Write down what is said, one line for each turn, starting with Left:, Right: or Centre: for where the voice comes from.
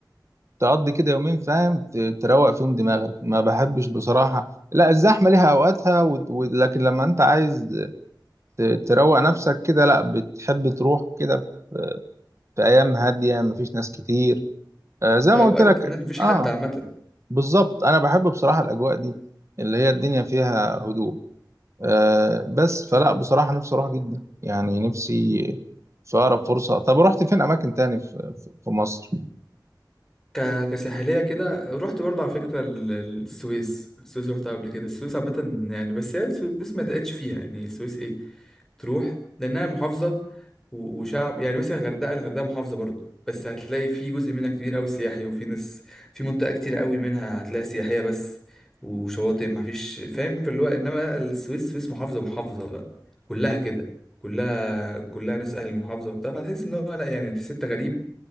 Right: تقضي كده يومين فاهم ت- تروق فيهم دماغك ما بحبش بصراحة لا الزحمة ليها أوقاتها و... و... لكن لما أنت عايز ت- تروق نفسك كده لا بتحب تروح كده في أيام هادية مفيش ناس كتير آه زي
Centre: فأوقات
Right: ما قلت لك
Centre: الناس مفيش
Right: آه
Centre: حد عامة
Right: بالظبط أنا بحب بصراحة الأجواء دي اللي هي الدنيا فيها
Centre: مم.
Right: هدوء آه بس
Centre: صح
Right: فلا بصراحة نفسي أروح جدا يعني نفسي في أقرب فرصة طب رحت فين أماكن تاني في, في في مصر
Centre: ك... كساحلية كده رحت برضه على فكرة ال- السويس السويس رحتها قبل كده السويس عامة يعني بس هي السويس ما تقعدش فيها يعني السويس ايه تروح لأنها محافظة و... وشعب يعني مثلا الغردقة الغردقة محافظة برضه بس هتلاقي في جزء منها كبير أوي سياحي وفي ناس في منطقة كتير أوي منها هتلاقي سياحية بس وشواطئ ما فيش فاهم في اللي هو إنما بقى السويس سويس محافظة محافظة بقى كلها كده كلها كلها ناس أهل المحافظة وبتاع فهتحس إن هو لأ يعني تحس أنت غريب